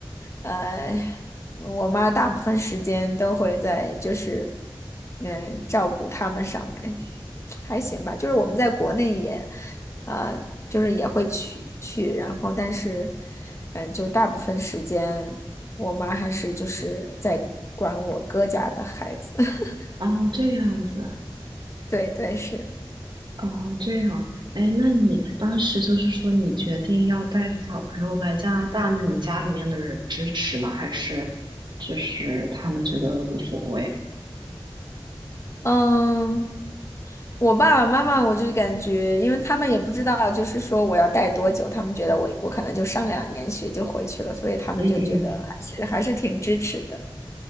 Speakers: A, on the left; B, on the right.
A: 呃，我妈大部分时间都会在就是，嗯，照顾他们上面。还行吧，就是我们在国内也，呃，就是也会去去，然后但是，嗯，就大部分时间，我妈还是就是在管我哥家的孩子。<laughs>
B: 啊，哦这样子。
A: 对对是，
B: 哦，这样，哎，那你当时就是说你决定要带着小朋友来加拿大，那你家里面的人支持吗？还是就是他们觉得无所谓？
A: 嗯。我爸爸妈妈，我就感觉，因为他们也不知道，就是说我要待多久，他们觉得我我可能就上两年学就回去了，所以他们就觉得还是还是挺支持的。
B: 嗯嗯，